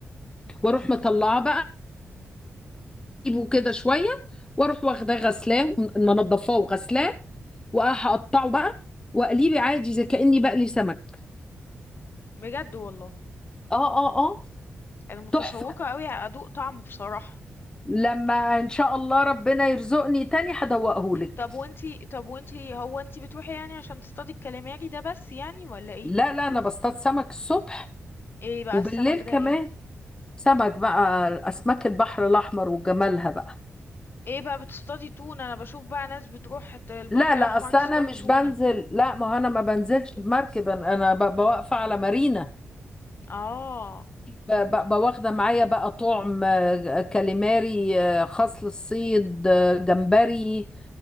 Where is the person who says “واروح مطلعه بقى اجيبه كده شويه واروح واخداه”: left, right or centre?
Left